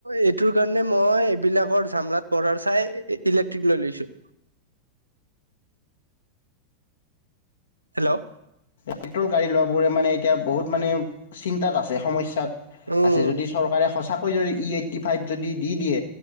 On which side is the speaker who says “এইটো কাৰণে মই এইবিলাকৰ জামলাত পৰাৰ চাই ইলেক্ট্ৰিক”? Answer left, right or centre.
Right